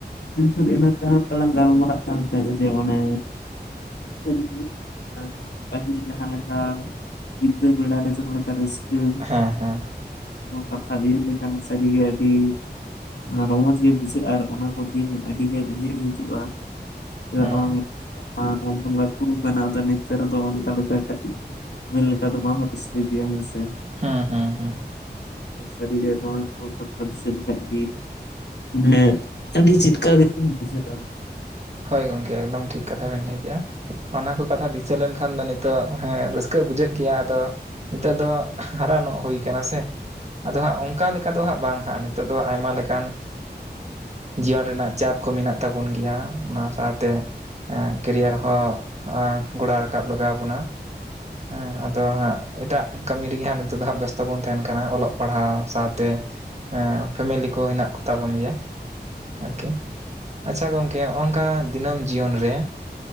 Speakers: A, on the left; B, on the right.
A: ᱮᱱᱠᱷᱟᱱ ᱮᱱᱟᱝ ᱡᱟᱦᱟᱸ ᱞᱮᱠᱟᱞᱟᱝ ᱜᱟᱞᱢᱟᱨᱟᱜ ᱠᱟᱱ ᱛᱟᱦᱮᱸᱫ ᱜᱮ ᱚᱱᱮ ᱥᱟᱹᱨᱤ ᱜᱮ ᱯᱟᱹᱦᱤᱞ ᱡᱟᱦᱟᱸ ᱞᱮᱠᱟ ᱜᱤᱫᱽᱨᱟᱹ ᱵᱮᱲᱟᱨᱮ ᱡᱟᱦᱟᱸᱮ ᱞᱮᱠᱟ ᱨᱟᱹᱥᱠᱟᱹ ᱦᱩᱸ
B: ᱦᱮᱸ ᱦᱮᱸ
A: ᱠᱚ ᱠᱟᱛᱷᱟ ᱜᱤᱲ ᱞᱮᱠᱷᱟᱱ ᱥᱟᱹᱨᱤᱜᱮ ᱟᱹᱰᱤ ᱨᱚᱢᱚᱡᱽ ᱜᱮ ᱵᱩᱡᱷᱟᱹᱜᱼᱟ ᱟᱨ ᱚᱱᱟ ᱠᱚ ᱫᱤᱱ ᱟᱹᱰᱤᱜᱮ ᱩᱭᱟᱹᱨ ᱦᱤᱡᱩᱜᱼᱟ ᱪᱮᱫᱟᱜ
B: ᱦᱩᱸ
A: ᱵᱟᱝ ᱟᱢᱫᱚᱢ ᱞᱟᱴᱷᱩ ᱠᱟᱱᱟ ᱟᱫᱚ ᱱᱤᱛᱚᱜ ᱨᱮ ᱫᱚ ᱚᱝᱠᱟ ᱞᱮᱠᱟ ᱠᱟᱹᱴᱤᱡ ᱢᱮᱱ ᱞᱮᱠᱟ ᱫᱚ ᱵᱟᱢ ᱨᱟᱹᱥᱠᱟᱹ ᱜᱮᱭᱟ ᱦᱮᱸᱥᱮ
B: ᱦᱩᱸ ᱦᱩᱸ ᱦᱩᱸ
A: ᱥᱟ. ᱨᱤ ᱜᱮ ᱮᱠᱷᱚᱱ ᱠᱟᱛᱷᱟ ᱫᱤᱥᱟ. ᱞᱮᱱᱠᱷᱟᱡ ᱜᱮ ᱢᱟᱱᱮ ᱟᱹᱰᱤ ᱪᱮᱫᱠᱟ ᱜᱮᱪᱚᱝ ᱵᱩᱡᱷᱟᱹᱟ
B: ᱦᱳᱭ ᱜᱚᱢᱠᱮ ᱮᱠᱫᱚᱢ ᱴᱷᱤᱠ ᱠᱟᱛᱷᱟ ᱵᱮᱱ ᱞᱟᱹᱭ ᱠᱮᱜᱼᱟ ᱚᱱᱟ ᱠᱚ ᱠᱟᱛᱷᱟ ᱫᱤᱥᱟᱹ ᱞᱮᱱᱠᱷᱟᱱ ᱫᱚ ᱱᱤᱛᱚᱜ ᱦᱮᱸ ᱨᱟᱹᱥᱠᱟᱹ ᱵᱩᱡᱷᱟᱹᱜ ᱜᱮᱭᱟ ᱟᱫᱚ ᱱᱤᱛᱚᱜ ᱫᱚ ᱦᱟᱨᱟᱱᱚᱜ ᱦᱩᱭ ᱠᱟᱱᱟ ᱥᱮ ᱟᱫᱚ ᱦᱟᱸᱜ ᱚᱱᱠᱟ ᱞᱮᱠᱟ ᱚᱱᱠᱟ ᱫᱚ ᱦᱟᱸᱜ ᱵᱟᱝ ᱦᱟᱜ ᱱᱤᱛᱚᱜ ᱫᱚ ᱟᱭᱢᱟ ᱞᱮᱠᱟᱱ ᱡᱤᱭᱚᱱ ᱨᱮᱱᱟᱜ ᱪᱟᱯ ᱠᱚ ᱢᱮᱱᱟᱜ ᱛᱟᱵᱚᱱ ᱜᱮᱭᱟ ᱚᱱᱟ ᱥᱟᱶᱛᱮ ᱠᱮᱨᱤᱭᱟᱨ ᱦᱚᱸ ᱜᱚᱲᱚᱳ ᱨᱟᱠᱟᱵ ᱞᱟᱜᱟᱣ ᱟᱵᱚᱱᱟ ᱦᱮᱸ ᱟᱫᱚ ᱦᱟᱸᱜ ᱮᱴᱟᱜ ᱠᱟᱹᱢᱤ ᱨᱮᱜᱮ ᱦᱟᱸᱜ ᱱᱤᱛᱚᱜ ᱫᱚ ᱦᱟᱸᱜ ᱵᱮᱥᱛᱚ ᱵᱚᱱ ᱛᱟᱦᱮᱱ ᱠᱟᱱᱟ ᱚᱞᱚᱜ ᱯᱟᱲᱦᱟᱣ ᱥᱟᱶᱛᱮᱴ ᱯᱷᱮᱢᱮᱞᱤ ᱠᱚ ᱦᱮᱱᱟᱜ ᱠᱚᱛᱟ ᱵᱚᱱ ᱜᱮᱭᱟ ᱟᱨᱠᱤ ᱟᱪᱷᱟ ᱜᱚᱢᱠᱮᱝᱠᱟ ᱫᱤᱱᱟᱹᱢ ᱡᱤᱭᱚᱱ ᱨᱮ